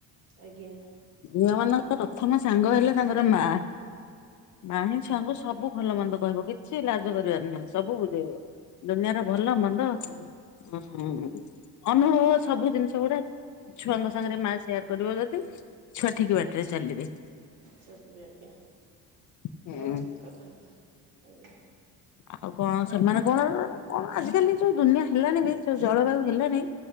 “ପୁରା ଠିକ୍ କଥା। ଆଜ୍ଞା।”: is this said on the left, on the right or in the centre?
Right